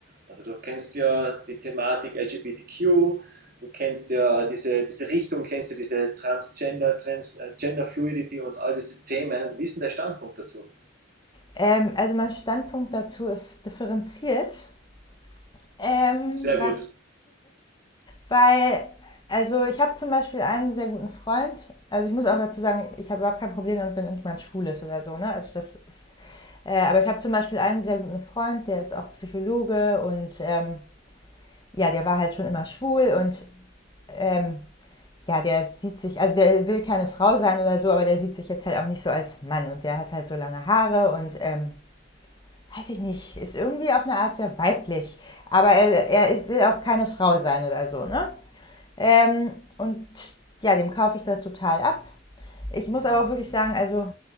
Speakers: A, on the right; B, on the left.
A: Also du kennst ja die Thematik LGBTQ, du kennst ja diese, diese Richtung, kennst ja diese Transgender, Trans, äh, Gender Fluidity und all diese Themen. Wie ist denn der Standpunkt dazu?
B: Ähm, also mein Standpunkt dazu ist differenziert, ähm,
A: Sehr
B: <laughs>
A: gut.
B: weil also ich habe zum Beispiel einen sehr guten Freund. Also ich muss auch dazu sagen, ich habe überhaupt kein Problem damit, wenn irgendjemand schwul ist oder so. Ne? Also das ist, äh, aber ich habe zum Beispiel einen sehr guten Freund, der ist auch Psychologe und ähm, ja, der war halt schon immer schwul und ähm, ja, der sieht sich, also der will keine Frau sein oder so, aber der sieht sich jetzt halt auch nicht so als Mann und der hat halt so lange Haare und ähm, weiß ich nicht, ist irgendwie auf eine Art sehr weiblich. Aber er, er ist, will auch keine Frau sein oder so, ne? Ähm, und ja, dem kaufe ich das total ab. Ich muss aber auch wirklich sagen, also